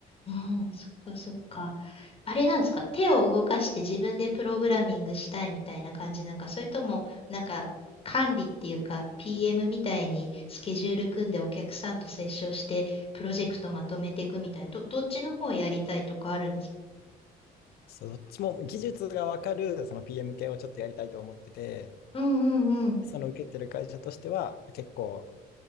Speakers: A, on the left (about 35°); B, on the left (about 65°).
A: うん、そっかそっか。あれなんですか。手を動かして自分でプログラミングしたいみたいな感じなんか、それとも、なんか、管理っていうか、PM みたいにスケジュール組んでお客さんと接触して、プロジェクトまとめていくみたいな、ど、どっちの方やりたいとかあるんですか
B: そうどっちも技術がわかるその PM 系をちょっとやりたいと思ってて、
A: うんうんうん
B: その受けてる会社としては、結構、